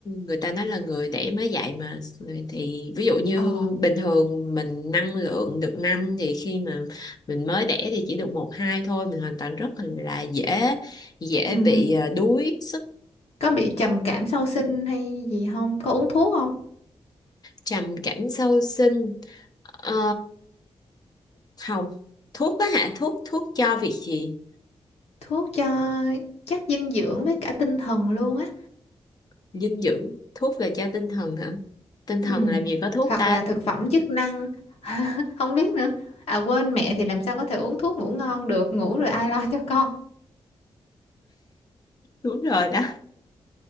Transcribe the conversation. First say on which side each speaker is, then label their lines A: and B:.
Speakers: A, on the left; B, on the left.
A: người ta nói là người đẻ mới dạy mà thì ví dụ như
B: Ồ,
A: bình thường mình năng lượng được năm thì khi mà mình mới đẻ thì chỉ được một hai thôi mình hoàn toàn rất là dễ dễ
B: ừ.
A: bị à, đuối sức
B: Có bị trầm cảm sau sinh hay gì không? Có uống thuốc không?
A: trầm cảm sau sinh Ờ, không thuốc á hả thuốc thuốc cho việc gì
B: Thuốc cho chất dinh dưỡng với cả tinh thần luôn á.
A: dinh dưỡng thuốc là cho tinh thần hả tinh thần
B: Ừ.
A: làm gì có thuốc
B: Hoặc
A: ta
B: là thực phẩm chức năng, <laughs> không biết nữa. À quên mẹ thì làm sao có thể uống thuốc ngủ ngon được, ngủ rồi ai lo cho con.
A: Đúng rồi đó.